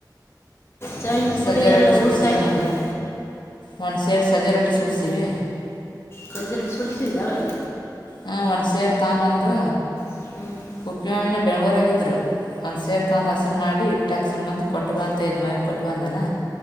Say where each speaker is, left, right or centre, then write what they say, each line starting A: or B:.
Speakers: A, on the left; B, on the left.
A: ಶಾವಿಗೆ
B: ಸಜ್ಜರಟ್ಟಿ
A: ಪುಡಿ ಎಲ್ಲ
B: ಸುಡಸಿವ
A: ಓಸ್ಟ್ ಹಾಕಿಬಿಟ್ಟೆ
B: ಅಂದು ಮನ ಸೇರ್ ಸಜಾರಾಟಿ ಸುಡಿಸವಿ
A: ಜ ಕುಡಿಸಿದರ ಅವೆಲ್ಲ
B: ಹಾಂ ಒಂದು ಸೇರು ತಗೊಂಬಂದು
A: ಹ್ಞೂ ಹ್ಞೂ
B: ಉಪ್ಪಿ ಮಾವಿನ ಬೆಂಗ್ಳೂರಾಗಿದ್ರು ಒಂದು ಸೇರು ತಗಂದು ಹಸನ ಮಾಡಿ ಹಿಟ್ಟು ಹಾಕಸಂಬಂದು ಕೊಟ್ಟ ಬ ಅಂತ ಇದ್ದು ಮಮ ಕೊಟ್ಟು ಬಂದಾನ